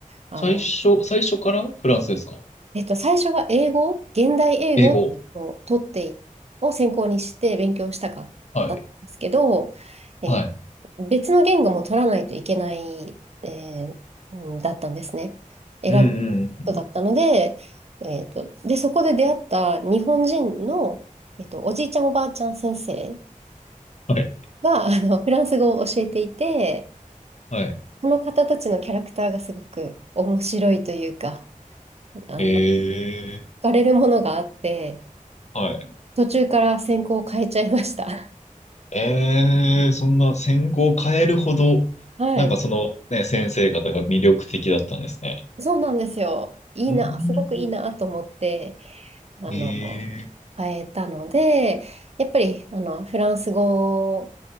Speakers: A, on the right; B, on the left.
A: あの、
B: 最初、最初からフランスですか
A: えっと、最初は英語、現代英語を取ってい、
B: 英語。
A: を専攻にして勉強したかったんですけど、
B: はい。
A: えー
B: はい。
A: 別の言語も取らないといけない、えーうんだったんですね。選ぶこ
B: うんうんうん。
A: とだったので、えっと、で、そこで出会った日本人の、えっと、おじいちゃんおばあちゃん先生
B: はい。
A: が、<laughs> あの、フランス語を教えていて、
B: はい。
A: その方たちのキャラクターがすごく面白いというか、あの、
B: ええ
A: 惹かれるものがあって、
B: はい。
A: 途中から専攻を変えちゃいました。<laughs>
B: ええそんな専攻を変えるほど、
A: はい。
B: なんかそのね、先生方が魅力的だったんですね。
A: そうなんですよ。いいな、
B: うん。
A: すごくいいなと思って、あの、
B: ええ
A: 変えたので、やっぱり、あの、フランス語、